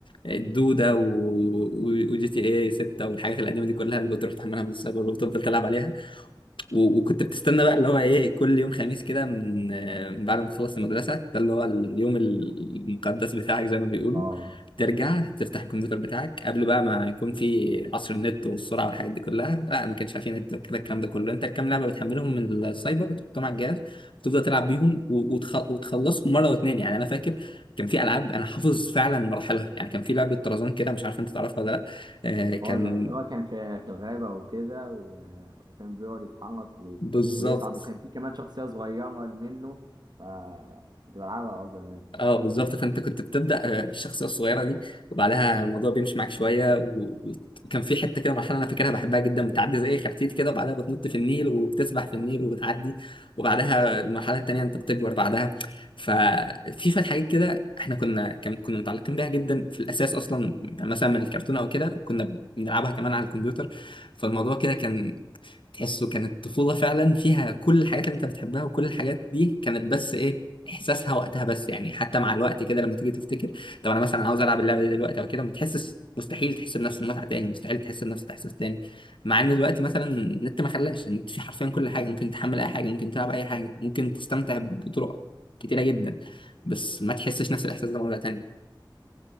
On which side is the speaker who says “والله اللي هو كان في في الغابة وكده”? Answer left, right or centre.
Right